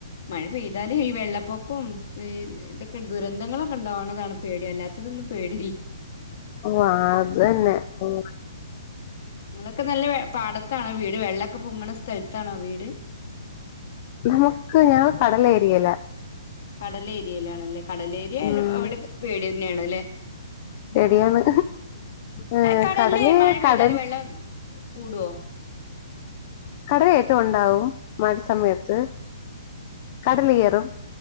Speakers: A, on the left; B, on the left.
A: മഴ പെയ്താലെ ഈ വെള്ളപ്പൊ ക്കും ഈ ഇതൊക്കെ ദുരന്തങ്ങളൊക്കെ ഇണ്ടാവ്ണതാണ് പേടി അല്ലാത്തതൊന്നും പേടില്ല
B: ഓ ആ തന്നെ ഉം
A: ങ്ങളൊക്കെ നല്ല വെ പാടത്താണ് വീട് വെള്ള ക്ക പൊങ്ങണ സ്ഥല്ത്താണോ വീട്
B: നമ്മുക്ക് ഞാൻ കടലേരിയേലാ
A: കടലേരിയിലാണല്ലേ കടലേരിയായാലും
B: ഉം
A: അവിടൊക്കെ പേടി ന്നെയാണല്ലേ
B: പേടിയാണ് ഏ
A: കടലില്
B: കടല്
A: മഴ പെയ്താല്
B: കടൽ
A: വെള്ളം കൂടുവോ
B: കടലേറ്റം ഒണ്ടാവും മഴ സമയത്ത് കടലിയേറും